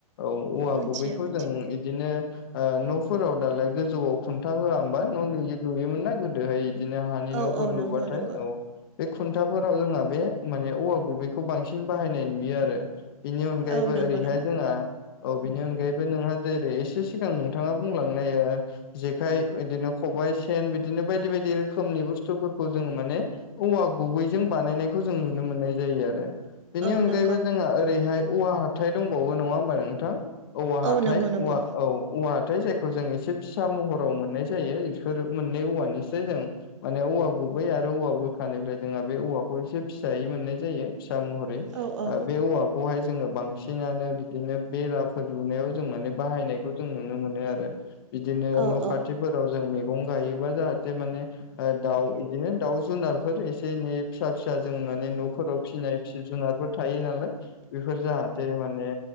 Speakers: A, on the left; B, on the right.
A: औ औवा
B: मिथियो
A: गुबैखौ
B: मिथियो
A: जों इदिनो न'फोराव दालाय गोजौआव खुन्था होआ होमबा न' नुयो नुयोमोन ना गोदोहाय बिदिनो हानि
B: औ
A: न'फोर
B: औ नंगौ
A: लुबाथाय
B: नंगौ
A: औ बे खुन्थाफोराव जोंहा बे माने औवा गुबैखौ बांसिन बाहायनाय नुयो आरो। बेनि अनगायैबो
B: औ नंगौ
A: ओरैहाय
B: नंगौ
A: जोंहा औ बिनि अनगायैबो नोंहा जेरै एसे सिगां नोंथाङा बुंलांनाय ओ जेखाइ बिदिनो खबाइ सेन बिदिनो बायदि बायदि रोखोमनि बुस्थुफोरखौ जोंङो माने औवा गुबैजों बानायनायखौ जों नुनो मोननाय जायो आरो। बेनि
B: औ
A: अनगायैबो
B: नंगौ
A: जोंहा ओरैहाय औवा हाथाय दंबावो नङा होमबा नोंथां? औवा
B: औ
A: हाथाय
B: नंगौ नंगौ
A: औव औ औवा हाथाय जायखौ जों एसे फिसा महराव मोननाय जायो। फोर मोननै औवानिसै जों माने औवा गुबै आरो औवा बुरखानिफ्राय जोंहा बे औवाखौ एसे फिसायै मोननाय जायो फिसा महर <unintelligible> बे
B: औ औ
A: औवा बेखौहाय जोङो बांसिनानो बिदिनो बेराफोर लुनायाव जों माने बाहायनायखौ जों नुनो मोनो आरो। बिदिनो
B: औ
A: न' खाथिफोराव
B: औ
A: जों मैगं गायोबा जाहाथे माने दाउ बिदिनो दाउ जुनारफोर एसे एनै फिसा फिसा जों माने न'फोराव फिसिनाय जिब जुनारफोर थायो नालाय बेफोर जाहाथे माने